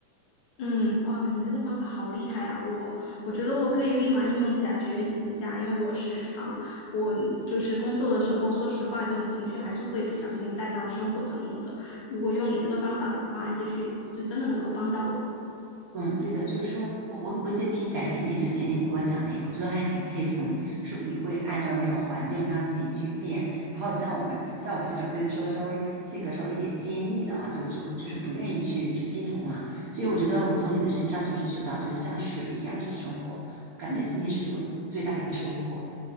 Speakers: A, on the left; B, on the right.
A: 嗯，哇，你这个方法好厉害啊！我我觉得我可以立马应用起来学习一下，因为我时常我就是工作的时候，说实话，这种情绪还是会不小心带到生活当中的。如果用你这个方法的话，也许是真的能够帮到我。
B: 嗯，对的，就是说我我我就挺感谢你，就前面你给我讲那个，我觉得还很佩服你，说你会按照那种环境让自己去变，然后像我们像我这种就是说稍微性格稍微有点坚毅的啊，就就就是不愿意去去低头嘛，所以我觉得我从你的身上就是学到就是像水一样去生活，感觉今天是对我最大的一个收获。
A: 嗯，